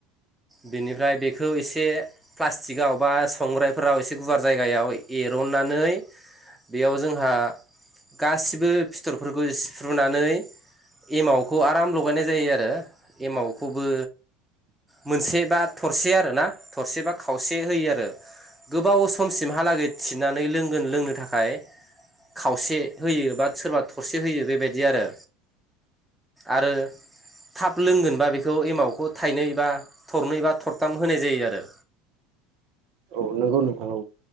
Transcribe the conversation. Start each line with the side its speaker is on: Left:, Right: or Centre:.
Centre: बेनिफ्राय बेखौ एसे प्लास्टिकआव बा संग्रायफोराव एसे गुवार जायगा जायगायाव ऐरननानै बेयाव जोंहा गासिबो फिथर फोरखौ सिफ्रुनानै एमावखौ आराम लगायनाय जा जायो आरो एमावखौबो मोनसे बा थरसे आरोना थरसेबा खाव से होयो आरो गोबाव समसिमहालागै थिनानै लोंगोन लोंनो थाखाय खावसे होयो बा सोरबा थरसे होयो बेबायदि आरो। आरो थाब लोंगोनबा बेखौ एमावखौ थाइनै बा थरनै एबा थरथाम होनाय जायो आरो।
Right: औ नंगौ नोंथां औ